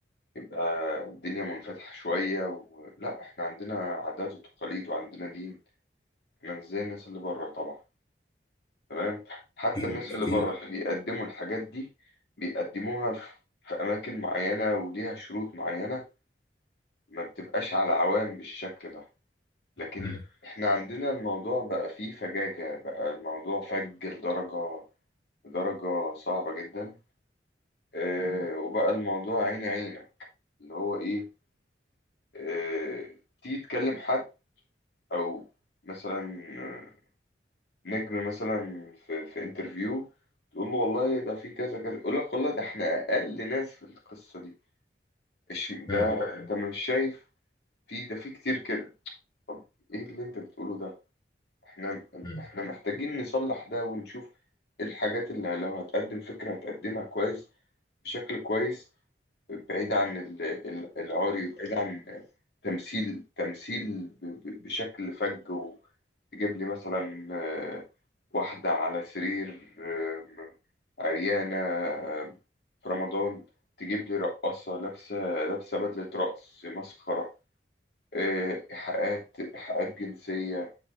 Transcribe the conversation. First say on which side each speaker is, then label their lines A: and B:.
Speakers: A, on the left; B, on the left.
A: يبقى الدنيا منفتحة شوية ولا احنا عندنا عادات وتقاليد وعندنا دين احنا مش زي الناس اللي بره طبعا تمام حتى
B: اكيد
A: الناس اللي
B: اكيد
A: بره اللي بيقدموا الحاجات دي بيقدموها في في اماكن معينة وليها شروط معينة ما بتبقاش على عوام بالشكل ده لكن
B: مم.
A: احنا عندنا الموضوع بقى فيه فجاجة بقى الموضوع فج لدرجة لدرجة صعبة جدا اه وبقى الموضوع عيني عينة اللي هو ايه اه تيجي تكلم حد او مثلا آه، نجم مثلا في, في انترفيو تقول له والله ده في كذا كذا يقول لك والله ده احنا اقل ناس في القصة دي إيش- ده
B: مم.
A: انت مش شايف في ده في كتير كده طب ايه اللي انت بتقوله ده احنا
B: مم.
A: احنا محتاجين نصلح ده ونشوف ايه الحاجات اللي لو هتقدم فكرة هتقدمها كويس بشكل كويس بعيد عن ال- ال- العاري وبعيد عن تمثيل تمثيل ب- ب- بشكل فج وتجيب لي مثلا آه، واحدة على سرير آم، عريانة آم، في رمضان تجيب لي رقاصة لابسة لابسة بدلة رقص مسخرة آه، إيحاءات إيحاءات جنسية